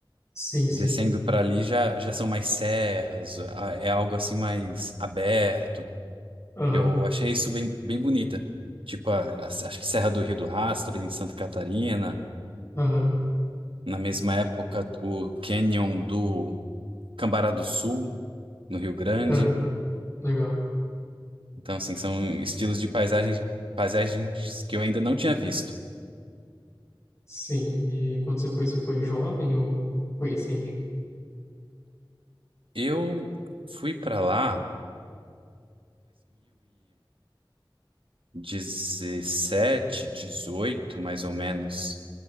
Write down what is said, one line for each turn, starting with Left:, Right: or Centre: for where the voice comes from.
Left: sim, sim.
Right: Descendo para ali já, já são mais serras, a- é algo assim mais aberto.
Left: Aham,
Right: Eu achei isso bem, bem bonita. Tipo, a- a- acho que Serra do Rio do Rastro, em Santa Catarina.
Left: aham,
Right: Na mesma época, o Canyon do Cambará do Sul, no Rio Grande.
Left: aham, legal.
Right: Então, assim, são estilos de paisagem paisagens que eu ainda não tinha visto.
Left: Sim, e quando você foi, você foi jovem ou foi recente?
Right: Eu fui para lá 2017, 18, mais ou menos.